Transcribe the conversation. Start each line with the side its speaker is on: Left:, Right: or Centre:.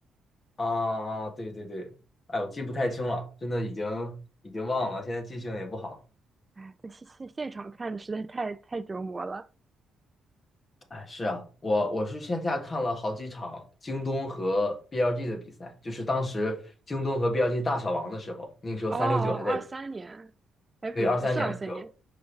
Left: 啊，对对对，哎，我记不太清了，真的已经已经忘了，现在记性也不好。
Right: 哎，在现现现场看的实在太太折磨了。
Left: 哎，是啊，我我是线下看了好几场京东和 BLG 的比赛，就是当时京东和 BLG 大小王的时候，那个时候三六九还在。
Right: 哦哦，二三年，哎不对，
Left: 对，二三年的时候，
Right: 是二三年，